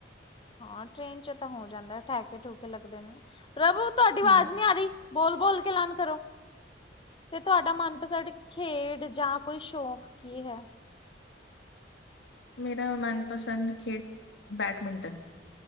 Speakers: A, on the left (about 30°); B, on the left (about 85°).
A: ਹਾਂ ਟ੍ਰੇਨ ਚ ਤਾਂ ਹੋ ਜਾਂਦਾ ਠੈਕੇ ਠੂਕੇ ਲੱਗਦੇ ਨੇ ਨਾ ਪ੍ਰਭੂ ਤੁਹਾਡੀ ਆਵਾਜ਼
B: ਹੂੰ
A: ਨੀ ਆ ਰਈ ਬੋਲ-ਬੋਲ ਕੇ ਐਲਾਨ ਕਰੋ। ਤੇ ਤੁਹਾਡਾ ਮਨਪਸੰਦ ਖੇਡ ਜਾਂ ਕੋਈ ਸ਼ੌਕ ਕੀ ਹੈ?
B: ਮੇਰਾ ਮਨਪਸੰਦ ਖੇਡ ਬੈਡਮਿੰਟਨ।